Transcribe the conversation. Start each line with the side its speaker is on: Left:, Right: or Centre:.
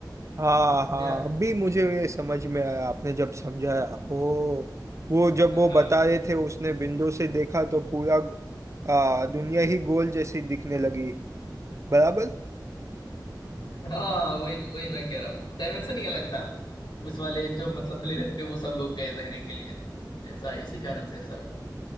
Right: हाँ
Left: समझे
Right: हाँ
Left: आप
Right: अभी मुझे ये समझ में आया आपने जब समझाया ओ वो जब वो
Left: हाँ
Right: बता रहे थे उसने विंडो से देखा तो
Left: हम्म,
Right: पूरा आ, दुनिया ही गोल जैसी दिखने लगी बराबर
Left: हाँ वही वही मैं कह रहा हूँ डायमेंशन ही अलग था उस वाले जो मतलब प्लेनेट पे वो सब लोग गए रहने के लिए तो ऐसा इसी कारण से ऐसा हुआ